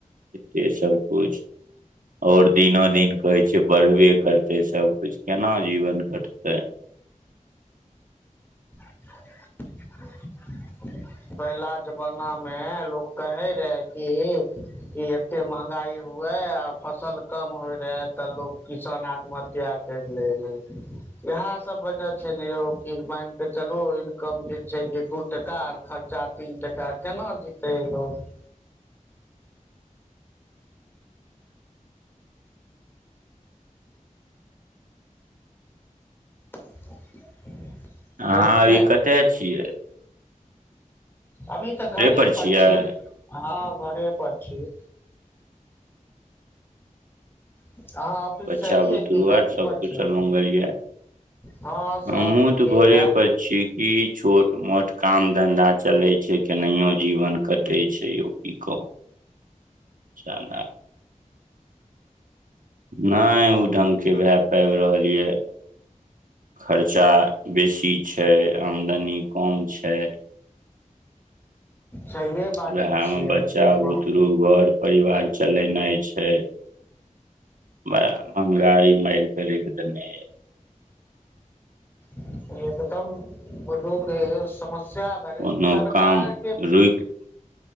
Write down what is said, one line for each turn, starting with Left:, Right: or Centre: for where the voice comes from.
Right: से सब। कुछ और दिनो दिन। कहै छै बढ़बे करतै सबकुछ केना जीवन कटतै।
Left: <unintelligible> <unintelligible> मे लोग कहे रहे की ई एते महगाई हुए आ फसल कम होय रहे तऽ लोग किसान आत्महत्या कर लै रहे इहा सब वजह छै ने यौ कि मायन क चलु इनकम जे छै दू टका और खच चा तीन टका केना जीतै लोग। <unintelligible>
Right: हँ
Left: छै कि
Right: आरि
Left: नहि
Right: कत्तऽ छियै
Left: अभी तऽ घरे
Right: पर
Left: पड़
Right: छियै
Left: छी घरे पर छी अहाँ ऑफिस
Right: बच्चा
Left: से एलियै
Right: बुतरु
Left: कि घरे
Right: आर सब
Left: पर
Right: कुशलमंगल
Left: छी
Right: यऽ
Left: हँ सब
Right: हमहहुँ
Left: नीके
Right: तऽ घरे
Left: य
Right: पर छीय की छोट मोट काम धन्धा चलै छै केनेहयौ जीवन कटै छै यौ की कहू च नहि ओ ढंगगके भए पाबि रहल यऽ खर्चा बेसी छै आमदनी की कम छै
Left: सहिए बाजै
Right: उएहमे
Left: छियै
Right: बच्चा बुतरू
Left: वाह
Right: घर परिवार चलेनाइ छै बड़ा महँगाइ मारि कऽ राखि देने यए
Left: एकदम बदूक है य समस सएह भ
Right: कोनो
Left: सरकार
Right: काम
Left: के
Right: रुकि